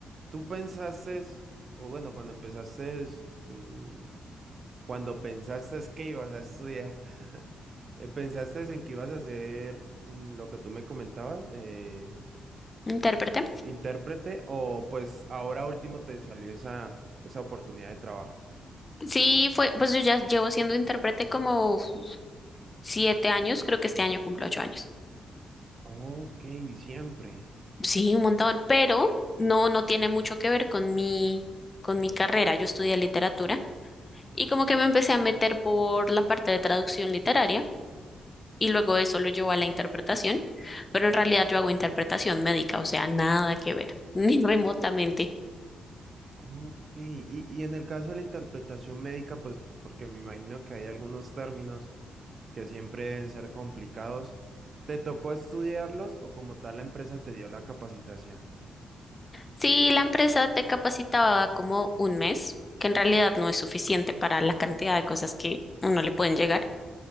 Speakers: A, on the right; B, on the left.
A: ¿tú pensaste, o bueno, cuando empezaste mm, Cuando pensaste que ibas a estudiar, <laughs> eh, ¿pensaste en que ibas a hacer mm, lo que tú me comentabas, eh,
B: Intérprete.
A: intérprete, o pues ahora último te salió esa, esa oportunidad de trabajo?
B: Sí, fue, pues yo ya llevo siendo intérprete como uf, siete años, creo que este año cumplo ocho años.
A: Ok, siempre.
B: Sí, un montón, pero no, no tiene mucho que ver con mi, con mi carrera. Yo estudié literatura y como que me empecé a meter por la parte de traducción literaria y luego eso lo llevó a la interpretación, pero en realidad yo hago interpretación médica, o sea, nada que ver, <laughs> ni remotamente.
A: Ok, y, y en el caso de la interpretación médica, pues porque me imagino que hay algunos términos que siempre deben ser complicados, ¿te tocó estudiarlos o como tal la empresa te dio la capacitación?
B: Sí, la empresa te capacitaba como un mes, que en realidad no es suficiente para la cantidad de cosas que uno le pueden llegar.